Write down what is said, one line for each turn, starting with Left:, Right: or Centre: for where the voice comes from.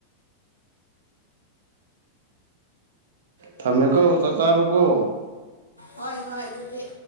Right: ꯊꯝꯃꯦꯀꯣ ꯆꯥꯛ ꯆꯥꯥꯔꯣꯀꯣ
Left: ꯍꯣꯏ ꯍꯣꯏ ꯑꯗꯨꯗꯤ